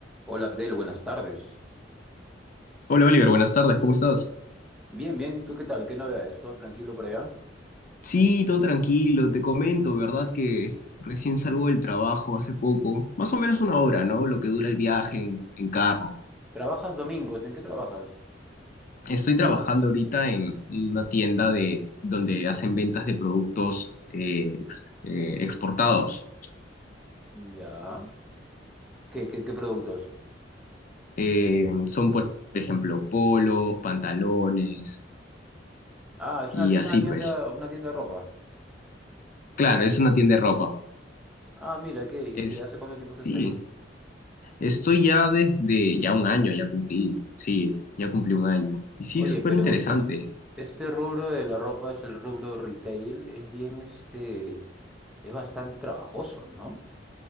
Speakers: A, in the centre; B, on the left.
A: Hola Abdel, buenas tardes.
B: Hola Oliver, buenas tardes, ¿cómo estás?
A: Bien, bien, ¿tú qué tal? ¿Qué novedades? ¿Todo tranquilo por allá?
B: Sí, todo tranquilo, te comento, ¿verdad? Que recién salgo del trabajo hace poco, más o menos una hora, ¿no? Lo que dura el viaje en, en carro.
A: ¿Trabajas domingos? ¿En qué trabajas?
B: Estoy trabajando ahorita en una tienda de, donde hacen ventas de productos eh, ex- eh, exportados.
A: Ya. ¿Qué, qué, qué productos?
B: Eh, son, por ejemplo, polos, pantalones
A: Ah, es
B: y
A: una, es
B: así
A: una tienda,
B: pues.
A: una tienda de ropa.
B: Claro, es una tienda de ropa.
A: Ah, mira, ¿qué? ¿Y
B: Es,
A: qué? ¿Hace cuánto tiempo estás
B: sí.
A: ahí?
B: Esto ya desde ya un año, ya cumplí, sí, ya cumplí un año. Y sí,
A: Oye,
B: súper
A: pero
B: interesante.
A: este rubro de la ropa es el rubro retail, es bien este, es bastante trabajoso, ¿no?